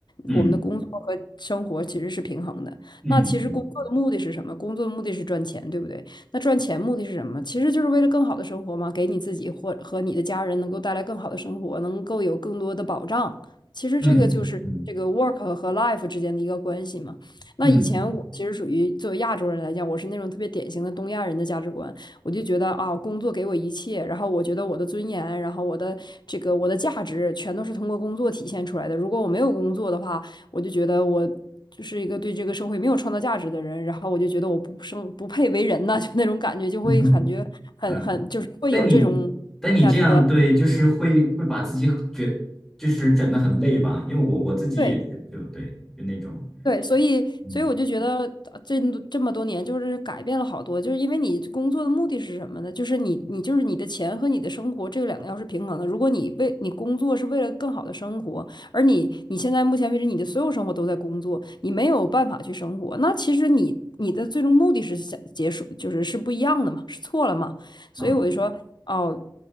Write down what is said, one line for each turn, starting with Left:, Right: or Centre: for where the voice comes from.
Centre: 嗯
Left: 我们的工作和生活其实是平衡的。
Centre: 嗯
Left: 那其实工作的目的是什么？工作的目的是赚钱，对不对？那赚钱目的是什么？其实就是为了更好的生活嘛，给你自己或和你的家人能够带来更好的生活，能够有更多的保障。其实这个就是这个
Centre: 嗯嗯嗯
Left: work 和 life 之间的一个关系嘛。那以前我其实属于作为亚洲人来讲，
Centre: 嗯嗯。嗯
Left: 我是那种特别典型的东亚人的价值观，我就觉得啊，工作给我一切，然后我觉得我的尊严，然后我的这个我的价值全都是通过工作体现出来的。如果我没有工作的话，我就觉得我就是一个对这个社会没有创造价值的人，然后我就觉得我不生不配为人呐，<laughs> 就那种感觉，就会感觉很很就是会有这种价值观。
Centre: 嗯嗯，但你但你这样对，就是会会把自己觉就是整的很累吧？因为我我自己也是，
Left: 对。
Centre: 就对，就那种，
Left: 对，所以所以我就觉得呃这这么多年就是改变了好多，
Centre: 嗯
Left: 就是因为你工作的目的是什么呢？就是你你就是你的钱和你的生活这两个要是平衡的。如果你为你工作是为了更好的生活，而你你现在目前为止你的所有生活都在工作，你没有办法去生活，那其实你你的最终目的是想结束，就是是不一样的嘛，是错了嘛。所以我就说，
Centre: 啊，
Left: 哦，